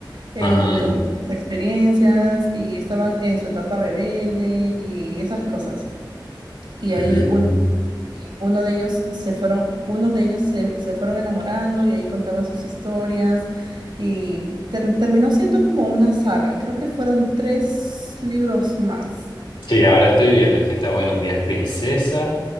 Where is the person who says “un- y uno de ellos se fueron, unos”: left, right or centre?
Right